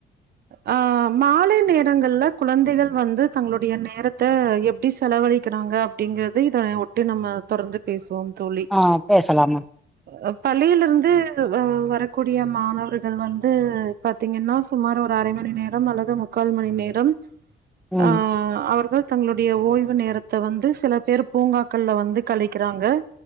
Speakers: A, on the right; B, in the centre.
A: ஆ மாலை நேரங்கள்ல குழந்தைகள் வந்து தங்களுடைய நேரத்த எப்டி செலவழி க்கிறாங்க அப்டிங்குறது இதனை ஒட்டி நம்ம தொடர்ந்து பேசுவோம் தோழி
B: ஆ பேசலாமா
A: அ பள்ளியிலிருந்து அ வரக்கூடிய மாணவர்கள் வந்து பாத்தீங்கனா சுமார் ஒரு அரை மணி நேரம் அல்லது முக்கால் மணி நேரம்
B: ம்
A: அ அவர்கள் தங்களுடைய ஓய்வு நேரத்த வந்து சில பேர் பூங்காக்கள்லா வந்து கழிக்கிறாங்க